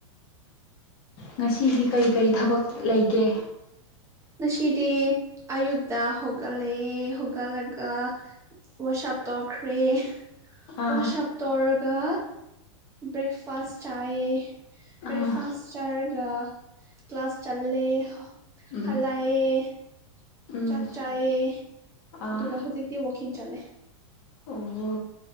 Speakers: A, on the left; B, on the right.
A: ꯉꯁꯤꯗꯤ ꯀꯔꯤ ꯀꯔꯤ ꯊꯕꯛ ꯂꯩꯒꯦ
B: ꯉꯁꯤꯗꯤ ꯑꯌꯨꯛꯇ ꯍꯧꯣꯒꯠꯂꯛꯑꯦ ꯍꯧꯒꯠꯂꯒ ꯋꯥꯁꯞ ꯇꯧꯈ꯭ꯔꯦ
A: ꯑꯥ
B: ꯋꯥꯁꯞ ꯇꯧꯔꯒ ꯕ꯭ꯔꯦꯛꯐꯥꯁ ꯆꯥꯌꯦ ꯕ꯭ꯔꯦꯛꯐꯥꯁ
A: ꯑꯥ
B: ꯆꯔꯒ ꯀ꯭ꯂ ꯀ꯭ꯂꯥꯁ ꯆꯜꯂꯦ
A: ꯎꯝ
B: ꯍꯥꯂꯥꯏ
A: ꯎꯝ
B: ꯆꯥꯛ ꯆꯥꯏꯌꯦ
A: ꯑꯥ
B: ꯑꯗꯨꯒ ꯍꯨꯖꯤꯛꯇꯤ ꯋꯥꯛꯀꯤꯡ ꯆꯠꯂꯦ
A: ꯑꯣ